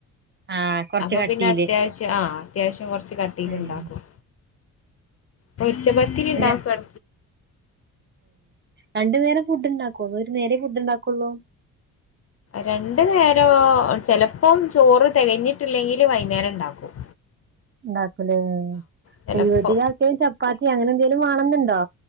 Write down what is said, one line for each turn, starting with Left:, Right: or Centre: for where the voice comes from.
Right: ആഹ് കൊറച്ച്
Left: അപ്പൊ
Right: കട്ടീല്
Left: പിന്നെ അത്യാവശ്യം ആ അത്യാവശ്യം കൊറച്ച് കട്ടിയിലുണ്ടാക്കും
Right: ഏഹ്
Left: പൊരിച്ച പത്തിരി
Right: ഏഹ്
Left: ഉണ്ടാക്കുവാ
Right: രണ്ടു നേരം ഫുഡ് ഉണ്ടാക്കു ഒരു നേരെ ഫുഡ് ഉണ്ടാക്കുള്ളൂ
Left: രണ്ടു നേരം ഓ ചെലപ്പം ചോറ് തികഞ്ഞിട്ടില്ലെങ്കില് വൈകുന്നേരം ഇണ്ടാക്കും
Right: ഉണ്ടാക്കല്
Left: ചെലപ്പോ
Right: ഇവിടി ആർക്കെ ചപ്പാത്തി അങ്ങനെ എന്തേലും വേണെന്നണ്ടോ